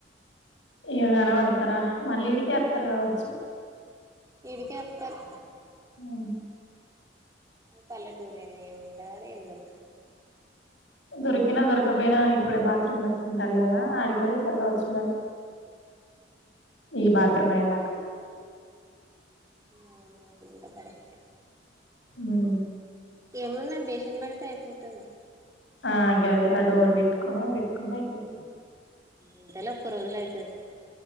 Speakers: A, on the left; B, on the right.
A: హ్మ్ కనపడ్తరా మళ్ళీ ఈడకే వాతర్గావచ్చు
B: ఈడికే వాత్తరు
A: హ్మ్
B: పల్లెటూరినే ఏముంటది ఆడ ఏం దొరుకుతది
A: దొరికినా దొరకపోయినా ఇప్పుడే బాత్రూమ్ కట్టుకుంటాలి కదా ఆడికే పోతారు కావచ్చు మరి ఈ బాత్ రూమ్ అయేదాకా
B: అవును అది కూడా కరెక్ట్
A: ఉమ్
B: ఏమున్నాయ్ బేసినపెడితే అయిపోతాది
A: నాక్ గానీ ఆ డోర్ పెట్టుకునే పెట్టుకుంటే అయిపోతుంది
B: ఎంతలో ఒకరోజలో అయిపోయింది